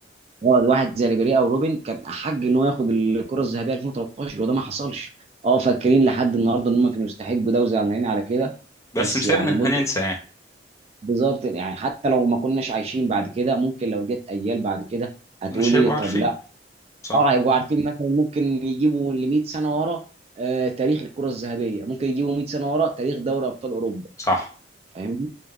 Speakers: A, on the right (about 35°); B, on the left (about 15°).
A: اه واحد زي ريبيري او روبن كان احق ان هو ياخد الكره الذهبيه 2013 وده ما حصلش اه فاكرين لحد النهارده ان هم كانوا يستحقوا ده وزعلانين على كده
B: بس
A: بس
B: مسيرنا
A: يعني لمده
B: هننسى يعني
A: بالظبط يعني حتى لو ما كناش عايشين بعد كده ممكن لو جت اجيال بعد كده هتقول
B: مش
A: ايه
B: هيبقوا عارفين
A: طب لا
B: صح
A: اه هيبقوا عارفين مثلا ممكن يجيبوا ل 100 سنه ورا آه تاريخ الكره الذهبيه ممكن يجيبوا 100 سنه ورا تاريخ دوري ابطال اوروبا
B: صح
A: فاهمني